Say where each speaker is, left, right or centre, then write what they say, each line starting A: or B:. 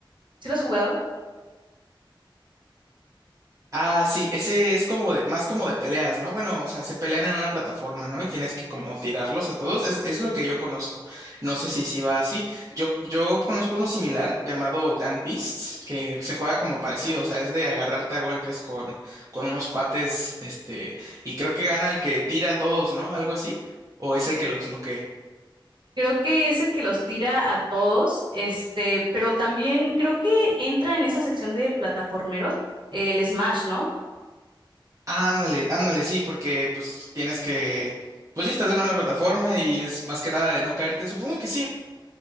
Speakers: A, on the right (about 65°); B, on the right (about 40°).
A: ¿sí lo has jugado?
B: Ah, sí, ese es como de, más como de peleas, ¿no? Bueno, o sea, se pelean en una plataforma, ¿no? Y tienes que como tirarlos a todos. Es, es lo que yo conozco. No sé si sí va así. Yo, yo conozco uno similar llamado Gang Beasts, que se juega como parecido, o sea, es de agarrarte a golpes con, con unos cuates, este, y creo que gana el que tira a todos, ¿no? Algo así. O es el que los noquea.
A: Creo que es el que los tira a todos, este, pero también creo que entra en esa sección de plataformeros el Smash, ¿no?
B: Ándale, ándale, sí, porque pues tienes que. Pues sí, estás en una plataforma y es más que nada de no caerte. Supongo que sí.